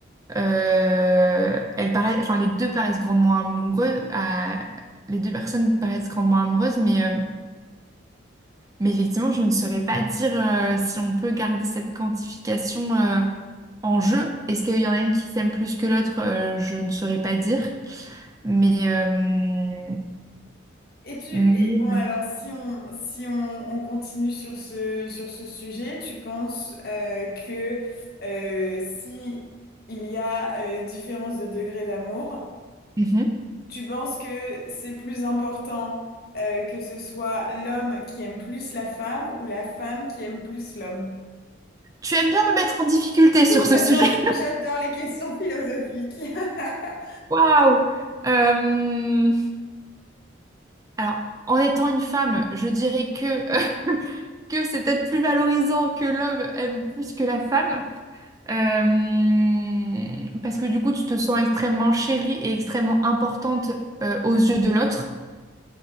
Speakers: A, on the right; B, on the left.
A: euh, elles paraissent, enfin les deux paraissent grandement amoureux. à- les deux personnes paraissent grandement amoureuses, mais, euh, mais effectivement, je ne saurais pas dire euh, si on peut garder cette quantification euh, en jeu. Est-ce qu'il y en a une qui s'aime plus que l'autre? Euh, je ne saurais pas dire. Mais, euh,
B: Et tu et
A: mais-
B: bon alors si on si on, on continue sur ce sur ce sujet, tu penses euh, que euh, si il y a euh, différence de degré d'amour,
A: Mhm.
B: tu penses que c'est plus important euh, que ce soit l'homme qui aime plus la femme ou la femme qui aime plus l'homme?
A: Tu aimes bien me mettre en difficulté sur
B: Oui,
A: ce
B: j'adore
A: sujet. <laughs>
B: le- j'adore les questions philosophiques. <laughs>
A: Waouh! Euh, Alors, en étant une femme, je dirais que, <laughs> que c'est peut-être plus valorisant que l'homme aime plus que la femme. Euh, Parce que du coup, tu te sens extrêmement chérie et extrêmement importante euh, aux yeux de l'autre.